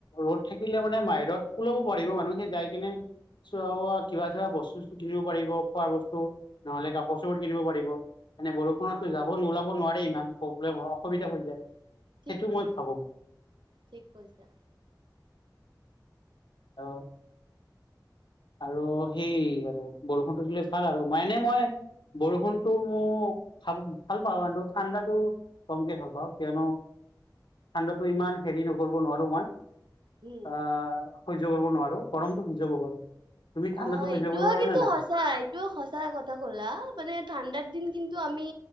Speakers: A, on the left (about 85°); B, on the right (about 85°).
A: ৰ'দ থাকিলে মানে বাহিৰত ওলাব পাৰিব মানুহে যাই কিনে। চৱা কিবা কিবা বস্তু চস্তু কিনিব পাৰিব খোৱাৰ, বস্তু নহ'লে কাপোৰ চাপোৰ কিনিব পাৰিব। মানে বৰষুণতো
B: হয়
A: যাব ওলাব নোৱাৰাৰে ইমান প্ৰব্লেম অসুবিধা
B: উম
A: হৈ যায়।
B: ঠিক
A: সেইটো
B: ঠিক
A: মই ভাবো।
B: ঠিক কৈছা।
A: অঁ। আৰু সেই আৰু বৰষুণটো দিলে ভাল আৰু। মনে মই বৰষুণতটো মো, খাব, ভাল পাওঁ আৰু ঠাণ্ডাতো কমকে ভাল পাওঁ, কিয়নো ঠাণ্ডাটো ইমান হেৰি নকৰিব নোৱাৰো মই।
B: উম
A: আহ সহ্য কৰিব নোৱাৰো, গৰমটো সহ্য কৰিব পাৰো তুমি ঠাণ্ডাটো
B: অ',
A: সহ্য
B: এইটোয়ে
A: কৰিব পাৰা
B: কিন্তু
A: নে নাই
B: সচ চা এইটোও সচা কথা ক'লা, মানে ঠাণ্ডাৰ দিন কিন্তু আমি